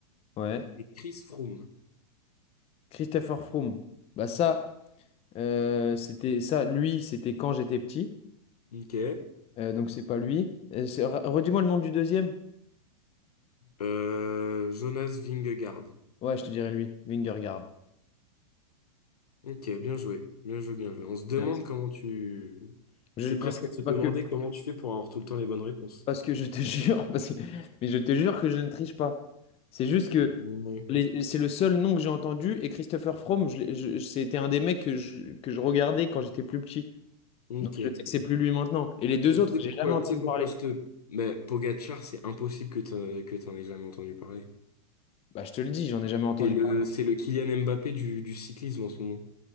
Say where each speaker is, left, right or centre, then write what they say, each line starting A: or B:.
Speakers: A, on the left (about 30°); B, on the left (about 80°).
A: Ouais.
B: et Chris Froome.
A: Christopher Froome. Bah ça, Euh, c'était ça, lui, c'était quand j'étais petit.
B: Ok.
A: Euh, donc c'est pas lui. Euh, c'est- re- redis-moi le nom du deuxième.
B: Euh, Jonas Vingegaard.
A: Ouais, je te dirai lui. Vingegaard.
B: Ok, bien joué, bien joué, bien joué. On se demande
A: Merci.
B: comment tu...
A: Je-
B: C'est
A: parce
B: presque
A: que,
B: à se demander
A: parce que,
B: comment tu fais pour avoir tout le temps les bonnes réponses.
A: parce que je te <laughs> jure, parce que- mais je te jure que je ne triche pas. C'est juste que
B: Ouais.
A: les- c'est le seul nom que j'ai entendu et Christopher Froome, je l'ai- je- c'était un des mecs que je, que je regardais quand j'étais plus petit.
B: Ok.
A: Donc je
B: Et
A: sais que c'est plus lui maintenant. Et les deux
B: Tu
A: autres,
B: sais
A: j'ai
B: pourquoi,
A: jamais entendu
B: tu sais pourquoi
A: parler.
B: je te... Mais Pogacar, c'est impossible que t'en, que t'en aies jamais entendu parler.
A: Bah je te le dis, j'en ai jamais entendu
B: C'est le,
A: parler.
B: c'est le Kylian Mbappé du, du cyclisme en ce moment.